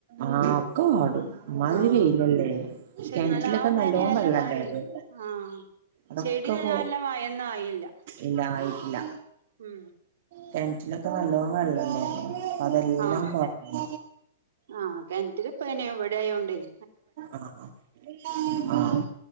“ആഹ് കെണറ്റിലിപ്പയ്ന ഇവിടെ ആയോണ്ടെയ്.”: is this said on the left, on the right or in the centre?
Right